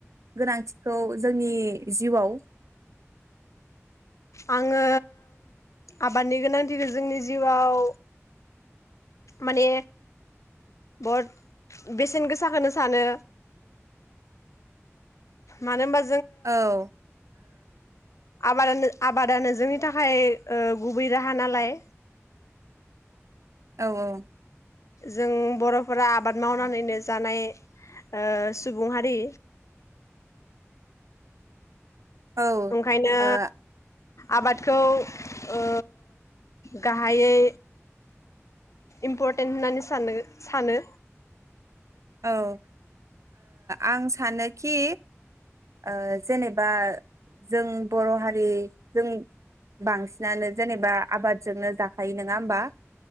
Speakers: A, on the right (about 80°); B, on the left (about 75°).
A: गोनांथिखौ जोंनि जिउआव?
B: आङो आबादनि गोनांथिखौ जोंनि जिउआव माने बहत बेसेन गोसा खोनो सानो मानो होमबा
A: औ ओ
B: आबादानो आबादानो जोंनि थाखाय ओ गुबै राहा नालाय।
A: औ औ
B: जों बर'फोरा आबाद मावनानैनो जानाय ओ सुबुं हारि
A: औ
B: ओंखायनो
A: ओ
B: आबादखौ ओ गाहायै इम्पर्टेन्ट होननानै सानो सानो।
A: औ ओ आं सानोखि ओ जेनेबा जों बर' हारि जों बांसिनानो जेनेबा आबादजोंनो जाखायो नोङा होमबा। ओ